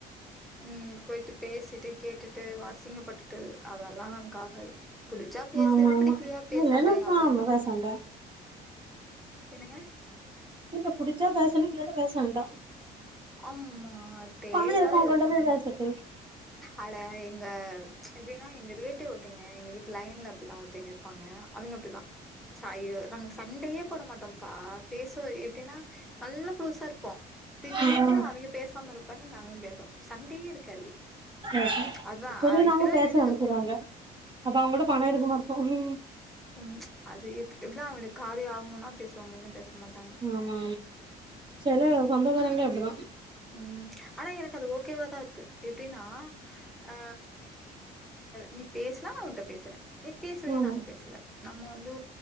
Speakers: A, in the centre; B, on the right.
A: உம் போயிட்டு பேசிட்டு கேட்டுட்டு அசிங்கப்பட்டுட்டு அதெல்லா நமக்கு ஆகாது புடிச்சா பேசு
B: ஆமா ஆமா
A: புடிக்கலையா பேசாதே
B: இல்லன்னா
A: அவ்ளோதா
B: ஆமா பேச வேண்டா
A: என்னங்க
B: இல்ல புடிச்சா பேசணு இல்லாட்ட பேச வேண்டா
A: அம்மா தேவையில்லாத
B: பணோ இருக்கவங்கள்ட்ட
A: எது சண்ட
B: போய் பேசட்டு
A: அட எங்க எப்டின்னா எங்க ரிலேட்டிவ் ஒருத்தங்க எங்க வீட்டு லைன்ல அப்டித்தா ஒருத்தங்க இப்பாங்க அவங்க அப்டிதா சாய்யொ நாங்க சண்டையே போட மாட்டோம்பா பேச எப்டின்னா நல்லா குளோஸா ருப்போ திடீர்னு
B: ஆ
A: அவங்க பேசாம இருப்பாங்க நாங்கலு பேசாம சண்டேயே இருக்காது
B: அ
A: அதான்
B: எப்படினாலு
A: இப்டிதான்
B: பேச
A: இருந்துக்கணும்
B: <unintelligible> க்குறங்க அப்ப அவங்க கூட பணம் இருக்குமா ருக்கும்
A: உம் அது எப் எப்டினா அவங்க காரியொ ஆகணுனா பேசுவாங்க இல்ல பேச மாட்
B: ஆமா சில சொந்தக்காரங்களே இப்டிதா
A: உம் ஆனா எனக்கு அது ஓகேவாதா இருக்கு எப்டின்னா ஆ நீ பேசினா நா உங்கிட்ட பேசுறே நீ பேசலையா
B: ஆமா
A: நானும் பேசல நம்ம வந்து